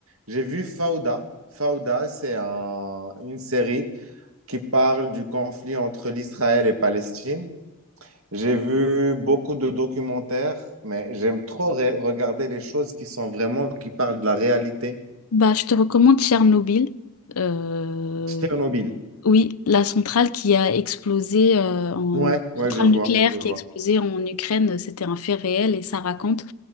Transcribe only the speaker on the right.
j'ai vu Fauda. Fauda, c'est un- une série qui parle du conflit entre l'Israël et Palestine. J'ai vu beaucoup de documentaires, mais j'aime trop re- regarder les choses qui sont vraiment, qui parlent de la réalité.
Tchernobyl.
Ouais, ouais,
je vois,
je vois.